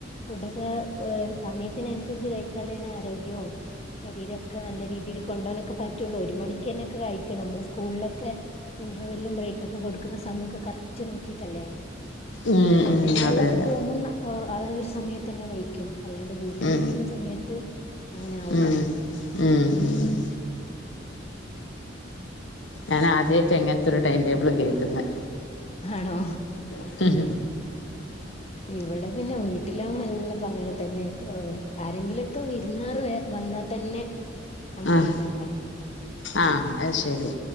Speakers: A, on the left; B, on the left.
A: ഫുഡൊക്കെ ഹ് സമയത്തിനനുസരിച്ച് കഴിച്ചാലെ ആരോഗ്യവും ശരീരമൊക്കെ ന്നല്ലെ രീതി രീതിയില് കൊണ്ടോവാനൊക്കെ പറ്റൊള്ളൂ ഒരു മണിക്കെന്നെ ഒക്കെ കഴിക്കണം ന്നമ്മൾ സ്കൂളിലൊക്കെ ഇന്റർവെല്ലും ബ്രേക്കൊക്കെ കൊടുക്കുന്ന സമയമൊക്കെ കറക്റ്റ് നോക്കിട്ടല്ലേ?
B: ഉം
A: കോളേജുകളിലൊക്കെ
B: ഉം അതെ അതെ
A: പോക്മ്പോ ന്ന ആഹ് അതൊരു സമയത്ത് തെന്നെ കഴിക്കും അല്ലാണ്ട് വീട്ടിലിരിക്കുന്ന
B: ഉം
A: സമയത്ത് അങ്ങനെ
B: ഉം
A: ആവൂല.
B: ഉം ഉം
A: ഉം.
B: ഞാനാദ്യയിട്ട ഇങ്ങൻത്തൊരു ടൈംടേബിൾ കേൾക്കുന്നേ
A: ആണോ?
B: മ്
A: ഇവിടെ പിന്നെ വീട്ടിലാമ്പം എല്ലാ അങ്ങനെ തന്നെ ക്ക് ആരെങ്കിലൊക്കെ വിരുന്നാർ വേ വന്നാ ത്തന്നെ അങ്ങനെയുണ്ടാവ
B: ആഹ് ആഹ് അത് ശരി.